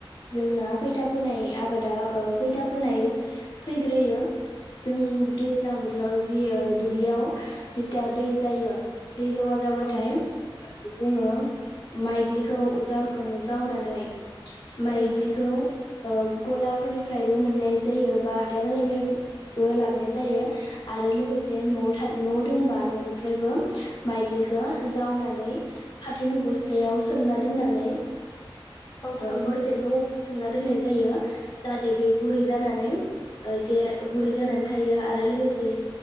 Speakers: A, on the left (about 55°); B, on the left (about 35°).
A: जोंना खैथा फोनाय आबादा ओ खैथा फोनाय फैग्रोयो जों दैज्लां बोथोराव जि ओ दुब्लियाव जिथा दै जायो दै जमा जाबाथाय
B: औ नोंथां
A: जोङो माइग्लिखौ जाम ओ जावनानै
B: औ
A: माइग्लिखौ
B: नोंथां
A: ओ गलाफोरनिफ्रायबो मोननाय जायो बा हाथथाय बाजारनिबो लाबाय जायो आरो लोगोसे न'आव था न' दंबा न'निफ्रायबो माइग्लिखौ जावनानै फिनि बस्थायाव सोमना दोननानै
B: औ थारैनो
A: हरसेबा हर थोंना दोननाय जायो जाहाथे बे गुरै जानानैसे गुरै जानानै थायो आरो लोगोसे